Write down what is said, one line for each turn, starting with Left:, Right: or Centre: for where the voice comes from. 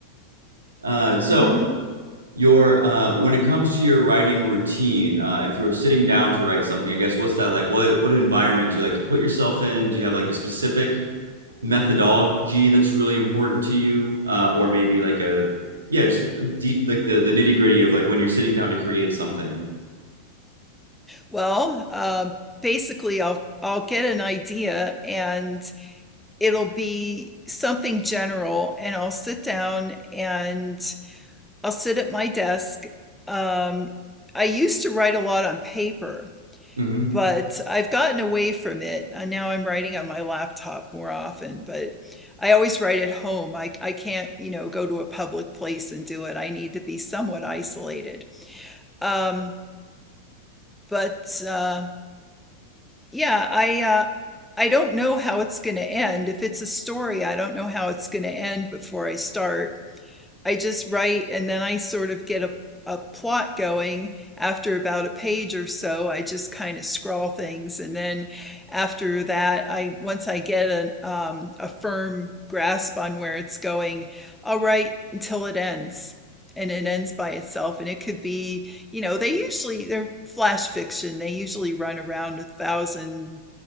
Right: <laughs> uh, so.
Centre: <laughs>
Right: Your uh, when it comes to your writing routine, uh, if you were sitting down to write something, I guess what's that like? What what environment do you like to put yourself in? Do you have like a specific methodology that's really important to you, uh, or maybe like a yeah, just deep like the the nitty gritty of like when you're sitting down to create something.
Centre: well, uh, basically, I'll I'll get an idea and it'll be something general, and I'll sit down and I'll sit at my desk. Um, I used to write a lot on paper,
Right: hmm
Centre: but I've gotten away from it. And now I'm writing on my laptop more often, but I always write at home. I, I can't, you know, go to a public place and do it. I need to be somewhat isolated. Um, But uh, yeah, I uh, I don't know how it's going to end. If it's a story, I don't know how it's going to end before I start. I just write and then I sort of get a, a plot going after about a page or so. I just kind of scrawl things and then after that I once I get a um a firm grasp on where it's going, I'll write until it ends. And it ends by itself. And it could be, you know, they usually they're flash fiction. They usually run around a thousand,